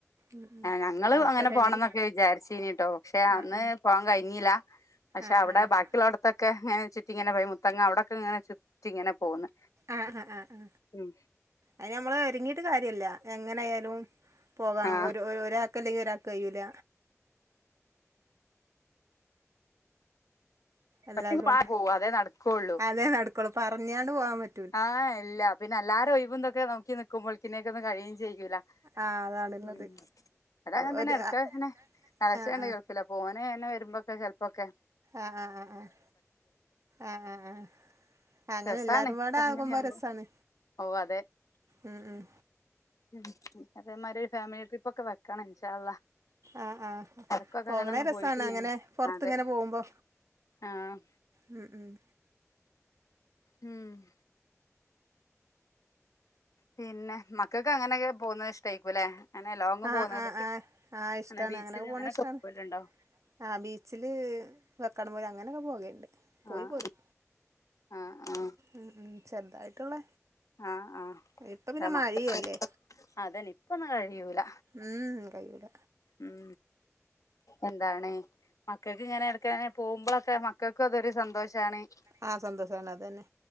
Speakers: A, on the right; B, on the left.
A: ഉം ഉം
B: ആഹ് ഞങ്ങളും
A: അവിടുത്തെ
B: അങ്ങനെ
A: ഫാമിലി
B: പോണംന്നൊക്കെ വിചാരിച്ചീനിട്ടോ പക്ഷെ
A: ആഹ്
B: അന്ന് പോവാൻ കയിഞ്ഞില്ലാ. പഷെ
A: ആഹ് ആഹ്
B: അവിടെ
A: ആഹ്
B: ബാക്കിള്ളോട്ത്തൊക്കെ ഇങ്ങനെ ചുറ്റി ഇങ്ങനെ പോയി മുത്തങ്ങ അവിടൊക്കെ ഇങ്ങനെ ചുറ്റി ഇങ്ങനെ പോന്ന്.
A: ആഹ് ആഹ് ആഹ്.
B: ഉം.
A: അയ്ന് നമ്മള് ഒരുങ്ങിയിട്ട് കാര്യല്ല എങ്ങനായാലും പോകാം
B: ആ
A: ഒരു ഒരാക്കല്ലെങ്കി ഒരാ കയ്യൂല എല്ലാകൂടെ
B: ഒറ്റയ്ക്ക് പോവാ അതേ നടക്കുള്ളൂ
A: അതെ നടക്കോളൂ പറഞ്ഞാണ്ട് പോവാംപറ്റ്
B: ആഹ് എല്ല പിന്നെല്ലാരൊയ്വും തൊക്കെനോക്കി നിക്കുമ്പോൾക്കിനെക്കൊന്നും കഴിയും ചെയ്യൂല
A: ആഹ് അതാണ്ള്ളത്
B: ഉം അതങ്ങൻതന്നെ
A: ഒരു
B: എടുക്കാങ്ങനെ
A: ആഹ്
B: എളച്ചണ്ട്
A: ആഹ്
B: ഗൾഫില് അപ് ഓന്ങ്ങനെ വരുമ്പൊക്കെ ചെലപ്പൊക്കെ
A: ആഹ് ആഹ് ആഹ് ആഹ് ആഹ് ആഹ് ആഹ് അഹ് അങ്ങനെ
B: രസാണ്
A: എല്ലാവാരും പാ
B: ഫാമിലി
A: ടാകുമ്പൊ
B: ആവുമ്പോ
A: രസാണ്
B: ഓ അതെ
A: ഉം ഉം
B: ഉം അതേമാതിരൊരു ഫാമിലി ട്രിപ്പൊക്കെ വെക്കണം ഇൻഷാ അള്ളാ
A: ആഹ് ആഹ്
B: എടക്കൊക്കെ
A: പോകണേ
B: അങ്ങനെ ഒന്നും
A: രസാണ്
B: പോയിട്ടില്ലേനി
A: അങ്ങനെ പൊറത്ത്ങ്ങനെ
B: അതെ
A: പോകുമ്പോ
B: ആഹ്
A: ഉം ഉം
B: ഉം പിന്നെ മക്കക്കങ്ങനൊക്കെ പോവുന്നത് ഇഷ്ടായിക്കൂല്ലെ അങ്ങനെ ലോങ്
A: ആഹ്
B: പോകുന്നതൊക്കെ
A: ആഹ് ആഹ് ആഹ്
B: അങ്ങനെ
A: ഇഷ്ടാണ്
B: ബീച്ചില്
A: പോണ
B: അങ്ങനൊക്കെ
A: ഇഷ്ടാണ്
B: പോല്ണ്ടോ
A: ആഹ് ബീച്ച്ല് കക്കാടം പൊയ് അങ്ങനൊക്കെ പോകേണ്ട് പോയി
B: ആഹ്
A: പോരും
B: ആഹ് ആഹ്
A: ഉം ഉം ചെറുതായിട്ടുള്ള
B: ആഹ് ആഹ്
A: ഇപ്പൊ പിന്നെ മഴയല്ലേ
B: <unintelligible> അതന്നെപ്പൊന്നും കഴിയൂല
A: ഉം കഴിയൂല
B: ഉം എന്താണ് മക്കക്ക്ങ്ങനെ എടക്കങ്ങനെ പോകുമ്പളൊക്കെ മക്കക്കൊര് സന്തോഷാണ്
A: ആഹ് സന്തോസാണ് അതെന്നെ